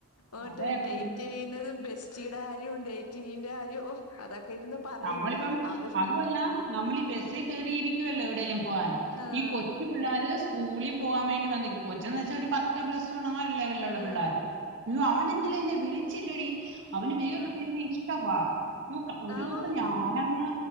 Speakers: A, on the left; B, on the right.
A: ഓട്ട്
B: അതെ
A: ഡേറ്റ് ചെയ്യുന്നതും ബെസ്റ്റിയുടെ കാര്യവും ഡേറ്റിങ്ങിന്റെ കാര്യവും ഓ അതൊക്കെ ഇരുന്നു പറയും
B: നമ്മളിപ്പം
A: അവ
B: അതുമല്ല നമ്മൾ ഈ ബസ്സേ ക കേറിയിരിക്കുവല്ലോ എവിടെയെല്ലാം പോവാൻ
A: ആഹ്
B: ഈ കൊ ച്ചു പിള്ളോര് സ്കൂളിൽ പോകാൻ വേണ്ടി വന്നു നിക്കും കൊച്ചന്ന് വെച്ചാൽ ഒരു പത്ത് പ്ലസ് വൺ ആ ഒരുലെവലിലുള്ള
A: ആഹ്
B: പിള്ളോര് അയ്യോ അവൻ ഇന്നലെ വിളിച്ചില്ലടി അവന് വേറൊരു പിന്നെ ഇഷ്ടവാ നോക്കാം ഒരു
A: ആഹ്
B: ഞാനങ്